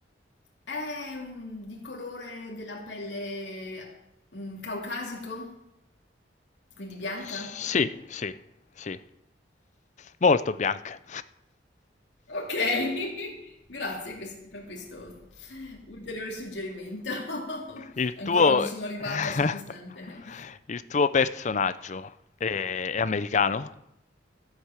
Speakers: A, on the left; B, on the left.
A: è mm, di colore della pelle mm, caucasico? Quindi bianca?
B: Sì, sì, sì. Molto bianche.
A: Ok, <laughs> grazie quest- per questo ulteriore suggerimento. <laughs>
B: Il
A: Ancora
B: tuo
A: non ci sono arrivata,
B: <laughs>
A: sono distante.
B: il tuo personaggio è è americano?